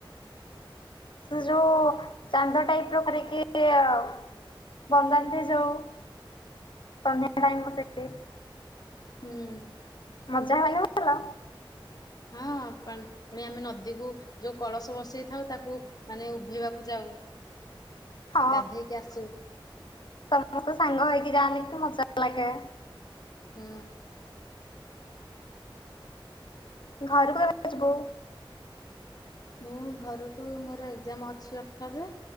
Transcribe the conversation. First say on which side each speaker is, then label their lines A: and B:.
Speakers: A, on the left; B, on the left.
A: ସେ ଯୋଉ ଚାନ୍ଦ ଟାଇପ ର କରିକି <unintelligible> ବନ୍ଦାନ୍ତି ଯୋଉ ସନ୍ଧ୍ୟା ଟାଇମ୍ ସେ
B: ହୁଁ
A: ମଜା ହେ <unintelligible>
B: ହୁ ପାଣି ପୁଣି ଆମେ ନଦୀକୁ ଯୋଉ କଳସ ବସେଇଥାଉ ତାକୁ ମାନେ ଉଭେଇବାକୁ ଯାଉ
A: ହ <inaudible> ହଁ
B: ଗାଧେଇକି ଆସୁ
A: ସମସ୍ତେ ସାଙ୍ଗ ହେଇକି ଯାଆନ୍ତି କି ମଜା ଲାଗେ
B: ହୁଁ
A: ଘରୁକୁ କେବେ ଆସିବୋ
B: ମୁଁ ଘରକୁ ମୋର ଏକ୍ଜାାମ ଅଛି ଅଠରରେ